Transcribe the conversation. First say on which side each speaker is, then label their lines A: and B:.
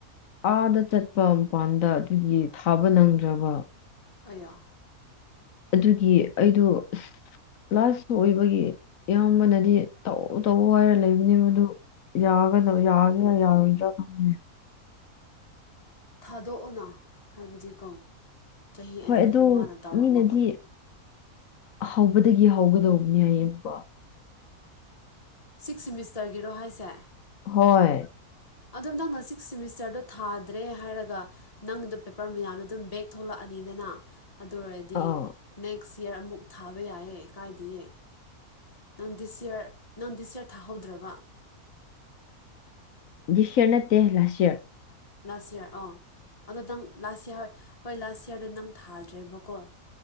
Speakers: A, on the left; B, on the left.
A: ꯑꯥꯗ ꯆꯠꯄ ꯃꯄꯥꯟꯗ ꯑꯗꯨꯒꯤ ꯊꯥꯕ ꯅꯪꯗ꯭ꯔꯕ
B: ꯑꯌꯥ
A: ꯑꯗꯨꯒꯤ ꯑꯩꯗꯣ ꯂꯥꯁ ꯑꯣꯏꯕꯒꯤ ꯏꯌꯥꯝꯕꯅꯗꯤ ꯇꯧꯋꯣ ꯇꯧꯋꯣ ꯍꯥꯏꯔ ꯂꯩꯕꯅꯦ ꯃꯗꯨ ꯌꯥꯒꯗ
B: ꯎꯝ
A: ꯌꯥꯒꯦꯔ ꯌꯥꯔꯣꯏꯗ꯭ꯔꯥ ꯈꯪꯗꯦ
B: ꯊꯥꯗꯣꯛꯑꯣꯅ ꯍꯥꯏꯕꯗꯤꯀꯣ ꯆꯍꯤ
A: ꯍꯣꯏ
B: ꯑꯅꯤ
A: ꯑꯗꯨ
B: ꯑꯍꯨꯝ ꯋꯥꯅ ꯇꯧꯔꯝꯃꯒ
A: ꯃꯤꯅꯗꯤ ꯍꯧꯕꯗꯒꯤ ꯍꯧꯒꯗꯧꯕꯅꯦ ꯍꯥꯏꯌꯦ ꯑꯃꯨꯛꯀꯥ
B: ꯁꯤꯛꯁ ꯁꯦꯝꯃꯤꯁꯇꯔꯒꯤꯔꯣ ꯍꯥꯏꯁꯦ
A: ꯍꯣꯏ
B: ꯑꯗꯣ ꯅꯪꯅ ꯁꯤꯛꯁ ꯁꯤꯃꯤꯁꯇꯔꯗꯣ ꯊꯥ ꯗ꯭ꯔꯦ ꯍꯥꯏꯔꯒ ꯅꯪꯗꯣ ꯄꯦꯄꯔ ꯃꯌꯥꯝꯅ ꯑꯗꯨꯝ ꯕꯦꯛ ꯊꯣꯛꯂꯛꯑꯅꯤꯗꯅ ꯑꯗꯨ ꯑꯣꯏꯔꯗꯤ
A: ꯑꯥ
B: ꯅꯦꯛꯁ ꯌꯥꯔ ꯑꯃꯨꯛ ꯊꯥꯕ ꯌꯥꯏꯌꯦ ꯀꯥꯏꯗꯌꯦ ꯅꯪ ꯗꯤꯁ ꯌꯔ ꯅꯪ ꯗꯤꯁ ꯌꯔ ꯊꯥꯍꯧꯗ꯭ꯔꯕ
A: ꯗꯤꯁꯌꯔ ꯅꯠꯇꯦ ꯂꯥꯁꯌꯔ
B: ꯂꯥꯁ ꯏꯌꯥꯔ ꯑꯣ ꯑꯗꯣ ꯅꯪ ꯂꯥꯁ ꯏꯌꯥꯔ ꯍꯣꯏ ꯂꯥꯁ ꯏꯌꯥꯔꯗꯣ ꯅꯪ ꯊꯥꯗ꯭ꯔꯦꯕꯀꯣ